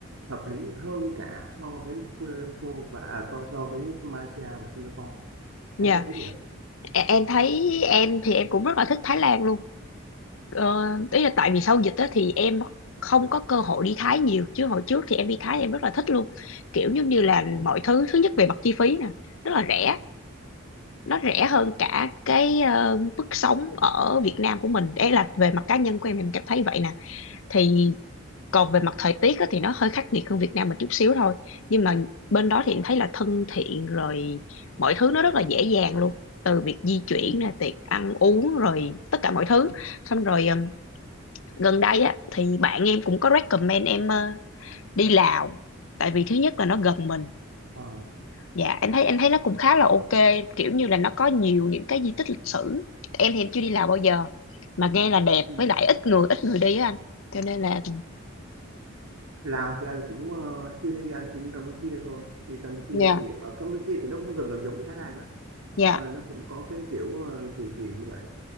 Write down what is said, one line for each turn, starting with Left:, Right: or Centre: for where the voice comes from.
Right: hợp lý hơn cả so với Kuala Lumpur và à, co- so với Malaysia và Singapore
Left: dạ
Right: em có thấy vậy không?
Left: E- em thấy em thì em cũng rất là thích Thái Lan luôn Ờ, ý là tại vì sau dịch đó thì em không có cơ hội đi Thái nhiều chứ hồi trước thì em đi Thái em rất là thích luôn kiểu giống như là
Right: ừ,
Left: mọi thứ thứ nhất về mặt chi phí nè rất là rẻ nó rẻ hơn cả cái ờ, mức sống ở Việt Nam của mình đấy là về mặt cá nhân của em em cảm thấy vậy nè thì còn về mặt thời tiết á, thì nó hơi khắc nghiệt hơn Việt Nam một chút xíu thôi nhưng mà bên đó thì em thấy là thân thiện rồi mọi thứ nó rất là dễ dàng luôn từ việc di chuyển
Right: ừ,
Left: nè tiệc ăn uống rồi tất cả mọi thứ xong rồi ừm, gần đây á thì bạn em cũng có recommend em ờ, đi Lào tại vì thứ nhất là nó gần mình
Right: Ờ.
Left: Dạ em thấy em thấy nó cũng khá là ok kiểu như là nó có nhiều những cái di tích lịch sử em thì em chưa đi Lào bao giờ mà nghe là đẹp
Right: ừ.
Left: với lại ít người ít người đi á anh cho nên là
Right: Lào thì anh cũng ờ, chưa đi anh chỉ đi Campuchia thôi thì Campuchia
Left: dạ
Right: thì ở Campuchia thì nó cũng gần gần giống cái Thái Lan đó
Left: dạ
Right: Ờ, nó cũng có cái kiểu uh, chùa chiền như vậy